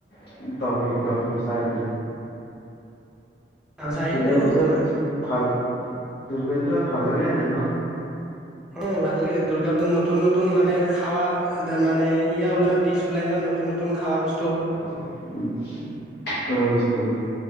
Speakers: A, on the left (about 65°); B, in the centre.
A: সপ্তমী, দশমী চাৰিদিন।
B: চাৰিদিনে
A: দুৰ্গা
B: ঘূৰো
A: পূজাত
B: মই
A: ভাল, দূৰ্গা পূজাত ভাল লাগে এনেই ন?
B: অ', ভাল লাগে দূৰ্গা পূজাত নতুন নতুন মানে খাৱা মানে ইয়া ওলাই না ডিচ ওলাই না নতু নতুন নতন খাৱা বস্তু।
A: <unintelligible> খোৱা বস্তু উলাই।